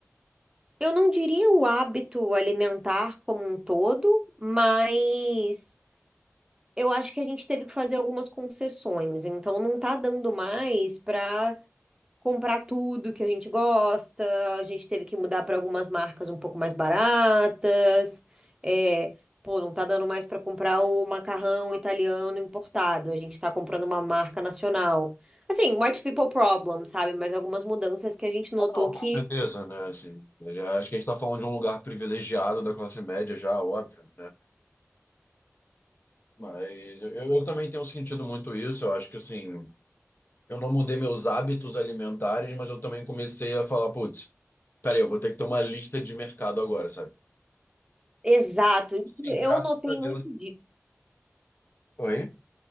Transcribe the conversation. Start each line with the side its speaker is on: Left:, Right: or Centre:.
Right: Eu não diria o hábito alimentar como um todo, mas eu acho que a gente teve que fazer algumas concessões. Então, não tá dando mais para comprar tudo que a gente gosta. A gente teve que mudar para algumas marcas um pouco mais baratas. É, pô, não tá dando mais para comprar o macarrão italiano importado. A gente tá comprando uma marca nacional. Assim, white people problem, sabe? Mas algumas mudanças que a gente notou
Left: Não,
Right: que
Left: com certeza, né? Assim, eu acho que a gente está falando de um lugar privilegiado da classe média já, óbvio, né? Mas eu, eu também tenho sentido muito isso. Eu acho que, assim, eu não mudei meus hábitos alimentares, mas eu também comecei a falar, putz, peraí, eu vou ter que ter uma lista de mercado agora, sabe?
Right: Exato, isso
Left: Assim,
Right: eu
Left: graças
Right: notei
Left: a Deus.
Right: muito disso.
Left: Oi?